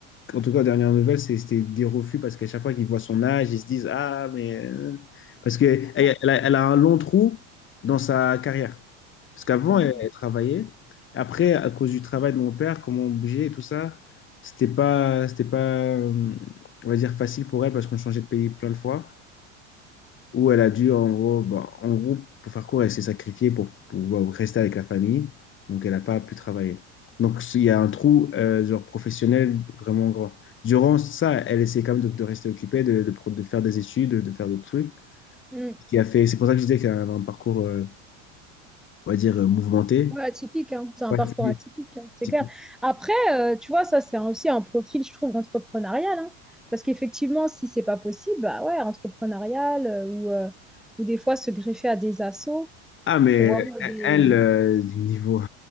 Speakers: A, on the left; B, in the centre.
A: En tout cas, aux dernières nouvelles, c'est- c'était des refus parce qu'à chaque fois qu'ils voient son âge, ils se disent, Ah, mais... euh, Parce qu'elle elle
B: Ouais.
A: elle a, elle a un long trou dans sa carrière. Parce qu'avant,
B: Ah,
A: elle,
B: là.
A: elle travaillait. Après, à cause du travail de mon père, comment on bougeait et tout ça, c'était pas, c'était pas, euh, on va dire, facile pour elle parce qu'on changeait de pays plein de fois où elle a dû, en gros, bah, en gros, pour faire court, elle s'est sacrifiée pour pouvoir rester avec la famille, donc elle n'a pas pu travailler. Donc il y a un trou euh, genre professionnel vraiment grand. Durant ça, elle essaie quand même de, de rester occupée, de, de, pro- de faire des études, de faire d'autres trucs.
B: Hmm.
A: Ce Qui a fait, c'est pour ça que je disais qu'elle avait un parcours, euh, on va dire, euh, mouvementé.
B: Ouais, atypique, hein. C'est un
A: Ouais,
B: parcours
A: c'est-
B: atypique, hein, c'est
A: c'est-
B: clair. Après, euh, tu vois, ça, c'est un- aussi un profil, je trouve, entrepreneurial. hein. Parce qu'effectivement, si c'est pas possible, bah ouais, entrepreneurial euh, ou, euh, ou des fois se greffer à des assos,
A: Ah, mais
B: tu vois, ou des...
A: elle, euh, niveau,